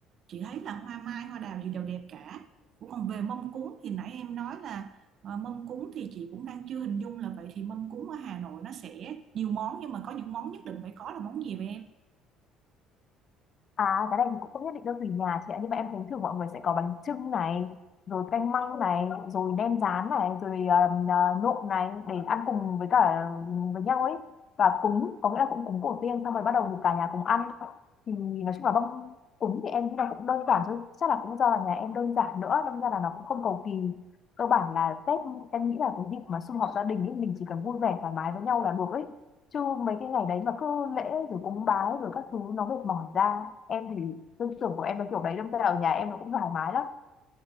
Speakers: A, on the right (about 55°); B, on the left (about 45°).
A: chị thấy là hoa mai hoa đào gì đều đẹp cả Ủa còn về mâm cúng thì nãy em nói là à, mâm cúng thì chị cũng đang chưa hình dung là vậy thì mâm cúng ở Hà Nội nó sẽ nhiều món nhưng mà có những món nhất định phải có là món gì vậy em
B: À cái này thì cũng không nhất định đâu tùy nhà chị ạ Nhưng mà em thấy thường mọi người sẽ có bánh chưng này Rồi canh măng này Rồi nem rán này Rồi um, à, nộm này Để ăn cùng với cả với nhau ấy Và cúng Có nghĩa là cũng cúng tổ tiên Xong rồi bắt đầu thì cả nhà cùng ăn Thì nói chung là mâm cúng thì em nghĩ là cũng đơn giản thôi Chắc là cũng do là nhà em đơn giản nữa Đâm ra là nó cũng không cầu kỳ Cơ bản là Tết em nghĩ là cái dịp mà sum họp gia đình ấy Mình chỉ cần vui vẻ thoải mái với nhau là được ấy chứ mấy cái ngày đấy mà cứ lễ rồi cúng bái rồi các thứ nó mệt mỏi ra em thì tư tưởng của em nó kiểu đấy đâm ra ở nhà em nó cũng thoải mái lắm